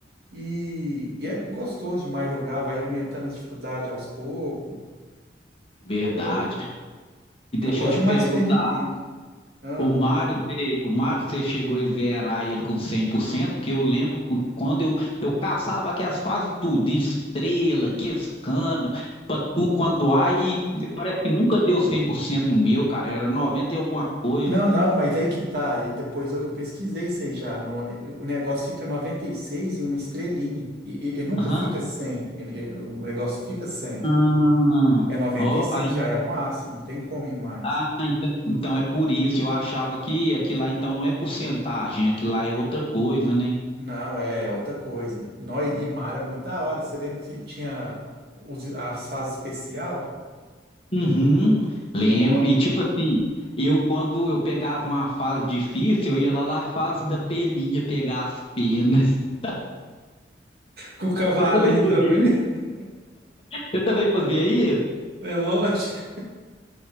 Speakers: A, on the right; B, on the left.
A: e, e é gostoso demais jogar, vai aumentando as dificuldades aos poucos.
B: verdade.
A: Eu, eu,
B: E deixa
A: eu gosto
B: eu te
A: demais
B: perguntar.
A: de Super Nintendo. Ah.
B: O Mário, você- o Mário, você chegou a zerar ele com 100%? porque eu lembro que quando eu, eu caçava aqui as fases tudo, estrela, quescano, patu, quanto há, e parece que nunca deu 100% no meu, cara, era 90 e alguma coisa.
A: Não, não, mas aí que tá. E depois eu, eu pesquisei isso aí já. No- eh, o negócio fica noventa e seis e uma estrelinha. E, e- e nunca
B: Aham.
A: fica 100. E- e o negócio fica 100.
B: Ah,
A: É noventa
B: ó,
A: e seis
B: aí.
A: já é o máximo, não tem como ir mais.
B: Ah, então, então é por isso, eu achava que aquilo lá então não é porcentagem, aquilo lá é outra coisa, né?
A: Não, é, é outra coisa. Nó e e mar é muito da hora. Você lembra que tinha os- as fases especial?
B: Uhum,
A: No,
B: lembro. E tipo assim, eu quando eu pegava uma fase difícil, eu ia lá na fase da peninha pegar as penas. <laughs>
A: com o cavalinho
B: Você também fazia
A: também.
B: isso?
A: <laughs>
B: Você também fazia isso?
A: É louco.